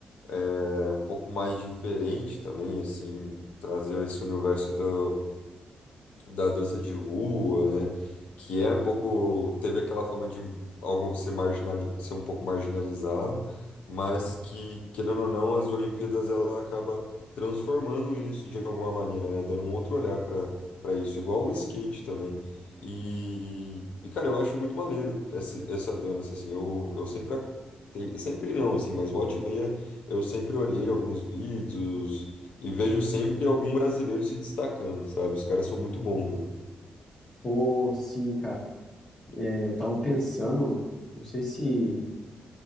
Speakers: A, on the left (about 80°); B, on the left (about 35°).
A: é um pouco mais diferente também, assim, trazer esse universo do da dança de rua, né? Que é um pouco, teve aquela fama de algo ser marginali, ser um pouco marginalizado, mas que, querendo ou não, as Olimpíadas ela acaba transformando isso de alguma maneira, né? Dando um outro olhar para para isso, igual o skate também. E, e, cara, eu acho muito maneiro essa, essa dança, assim, eu, eu sempre, a- tem- sempre não, assim, mas volta e meia eu sempre olhei alguns vídeos, e vejo sempre algum brasileiro se destacando, sabe? Os caras são muito bons, né?
B: Pô, sim, cara. é, Eu tava pensando, não sei se